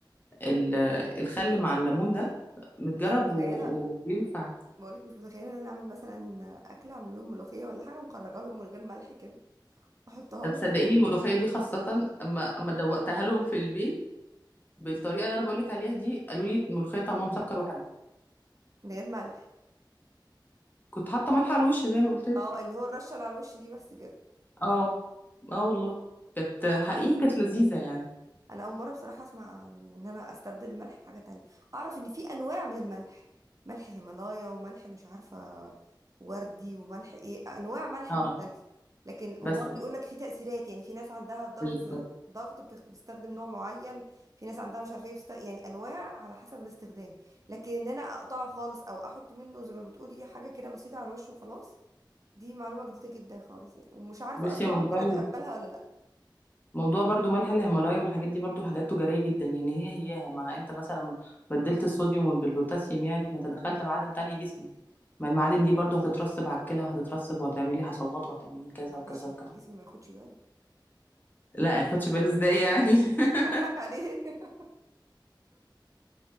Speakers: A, on the left; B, on the right.
A: ال الخل مع الليمون ده متجرب
B: مش متخيله
A: و- وبينفع
B: بقولك مش متخيله ان انا اعمل مثلا اكل اعمل لهم ملوخيه ولا حاجه مخرجه لهم من غير ملح كده احطها
A: طب
B: لهم
A: صدقيني الملوخيه دي خاصه اما اما دوقتها لهم في البيت بالطريقه اللي انا بقول لك عليها دي قالوا لي الملوخيه طعمها مسكر وحلو
B: من غير ملح
A: كنت حاطه ملح على الوش زي ما قلت لك
B: اه اللي هو الرشه اللي على الوش دي بس كده
A: اه اه والله كانت حقيقي كانت لذيذه يعني
B: انا اول مره بصراحه اسمع عن ان انا استبدل الملح بحاجه تانية اعرف ان في انواع من الملح ملح هيمالايا وملح مش عارفه وردي وملح ايه انواع ملح
A: اه
B: مختلفه لكن
A: بس
B: وبرضه يقول لك في تاثيرات يعني في ناس عندها ضغط
A: بالظبط
B: ضغط بتخ- بتستخدم نوع معين في ناس عندها مش عارفه ايه بتست... يعني انواع على حسب الاستخدام لكن ان انا اقطعه خالص او احط منه زي ما بتقولي حاجه كده بسيطه على الوش وخلاص دي معلومه جديده جدا خالص يعني ومش عارفه
A: بس
B: اصلا
A: يا موضوع
B: ممكن اتقبلها ولا لا
A: موضوع برضو ملح الهيمالايا والحاجات دي برضو حاجات تجارية جدا يعني هي هي ما انت مثلا بدلت الصوديوم بالبوتاسيوم يعني ما انت دخلت معادن تانية جسمي ما المعادن دي برضو هتترسب على الكلى وهتترسب وهتعمل لي حصوات وهتعمل لي كذا
B: معلش
A: وكذا
B: يمكن
A: وكذا
B: جسمي ما ياخدش باله
A: لا يعني خدش بالي ازاي يعني <laughs>
B: اضحك عليه <laughs>